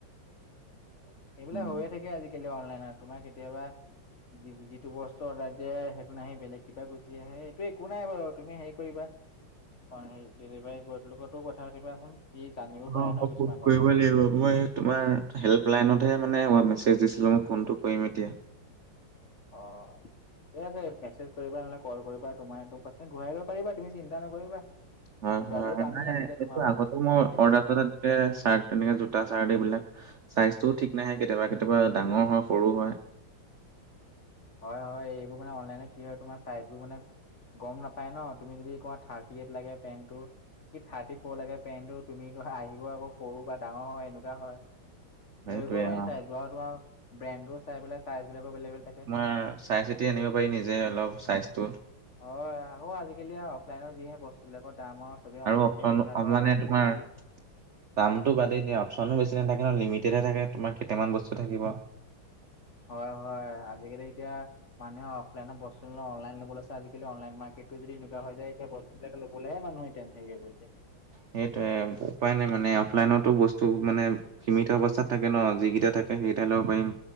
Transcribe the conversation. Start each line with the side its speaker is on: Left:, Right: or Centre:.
Left: নত এনেএইবিলাক
Right: উম,
Left: হৈয়ে থা ছয় শশোৌকে আজিকালি অনলাইনত তোমা দেৰ কেতিয়াবা যি যিটো বস্তু অৰ্ডাৰ দিয়ে সেইটো নাহি বেলেগ কিবা গুচি আহে এইটো একো নাই বাৰু তুমি হেৰি কৰিবা। অ, সেই ডেলিভাৰী বয়তোলগতো কথা পাতিবাচোন সি জানিব
Right: অ
Left: পাৰে
Right: মই
Left: ন কিছুমান
Right: ফোন কৰিবই
Left: কথা।
Right: লাগিব মই তোমাৰ হেল্পলাইনতহে মানে মেছেজ দিছিলোঁ মই ফোনটো কৰিম এতিয়া।
Left: অ', এইয়া আছে মেছেজ কৰিবা নহলে কল কৰিবা তোমাৰ এইটো পইছা ঘূৰাই ল'ব পাৰিবা তুমি চিন্তা নকৰিবা।
Right: হয়-হয়-হয়
Left: জোতাযোৰ দামী
Right: নাই
Left: আছিলে
Right: এইটো
Left: তোমাৰ ভাগৰ
Right: আগতে মই
Left: এডিডাছৰ
Right: অৰ্ডাৰ চৰ্ডাৰ তেনেকে জোতা চাৰ্ট এইবিলাক ছাইজটোও ঠিক নাহে কেতিয়াবা-কেতিয়াবা ডাঙৰ হয় সৰু হয়।
Left: হয়-হয় এইবোৰ মানে অনলাইনে কি হয় তোমাৰ চাইজবোৰ মানে গম নাপায় ন তুমি যদি ক'বা থাৰ্টি এইট লাগে পেণ্টটো। কি থাৰ্টি ফ'ৰ লাগে পেনটো তুমি ক আহিব আকৌ সৰু বা ডাঙৰ হয় এনেকুৱা হয়।
Right: সেইটোৱে
Left: ধৰিব নোৱাৰি
Right: অ
Left: চাইজ আৰু তোমাৰ ব্ৰেণ্ডো চাই পেলাই চাইজ বিলাকো বেলেগ বেলেগ থাকে।
Right: ও চাই চি - টি আনিব পাৰি নিজে অলপ চাইজটো।
Left: হয়, আকৌ আজিকালি অফলাইনত যিহে বস্তু বিলাকৰ দাম আৰু, চবে অনলাইনতে
Right: অপচন
Left: প্ৰিফাৰ
Right: অ
Left: কৰে
Right: মানে
Left: আজিকালি
Right: তোমাৰ
Left: যদি
Right: দামটো বাদেই দিয়া অপচন বেছি নথাকে ন লিমিটোকে তোমাৰ কেইটাম বস্তু থাকিব। <inaudible>
Left: হয়-হয় আজিকালি এতিয়া মানুহে অফলাইন বস্তু অনলাইন ল'ব লৈছে আজিকালি অনলাইন মাৰ্কেটটো যদি এনেকুৱা হৈ যায় এতিয়া বস্তু কিবাএটা লবলেহে মানুহ টেনচন হ'ব এতিয়া।
Right: সেইটোয়ে উপায় নাই মানে অফলাইনতো বস্তু মানে সীমিত অৱস্থাত থাকে ন যিকেইটা থাকে সেইকেইটাই ল'ব পাৰিম।